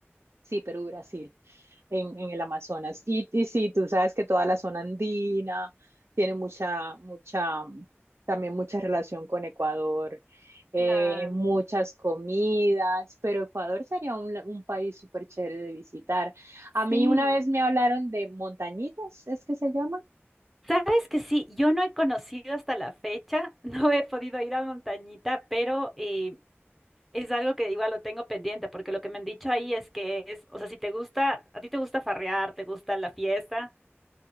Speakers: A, on the right; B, in the centre.
A: sí, Perú, Brasil. en, en el Amazonas. Y, y sí, tú sabes que toda la zona andina tiene mucha, mucha, también mucha relación con Ecuador, eh,
B: Claro.
A: muchas comidas, pero Ecuador sería un, un país súper chévere de visitar. A mí
B: Sí.
A: una vez me hablaron de montañitas, ¿es que se llama?
B: Sabes que sí, yo no he conocido hasta la fecha, <laughs> no he podido ir a Montañita, pero eh, es algo que igual lo tengo pendiente, porque lo que me han dicho ahí es que es, o sea, si te gusta, a ti te gusta farrear, te gusta la fiesta,